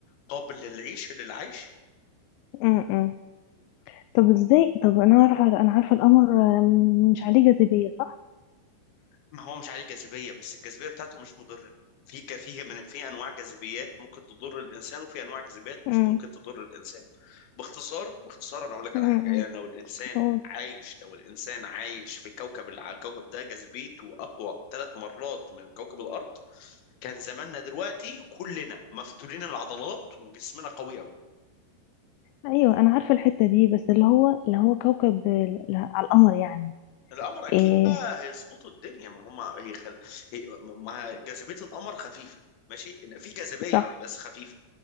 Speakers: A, on the left (about 65°); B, on the left (about 85°).
A: قابل للعيش للعيش
B: أم، أم. طب ازاي طب انا عارفه انا عارفه القمر آم، مش عليه جاذبيه صح
A: ما هو مش عليه جاذبية بس الجاذبية بتاعته مش مضرة في ج- في من في انواع جاذبيات ممكن تضر الانسان وفي انواع جاذبيات مش
B: أم،
A: ممكن تضر الانسان باختصار باختصار انا اقول لك على
B: أم، أم.
A: حاجه يعني لو الانسان
B: قول
A: عايش لو الانسان عايش في كوكب الع- الكوكب ده جاذبيته اقوى ثلاث مرات من كوكب الارض كان زماننا دلوقتي كلنا مفتولين العضلات وجسمنا قوي قوي
B: ايوه انا عارفه الحته دي بس اللي هو اللي هو كوكب ال- ال- على القمر يعني
A: القمر اكيد
B: ايه
A: بقى هيظبطوا الدنيا ما هم هي خل... هي... ما جاذبيه القمر خفيفه ماشي في جاذبيه
B: صح
A: بس خفيفه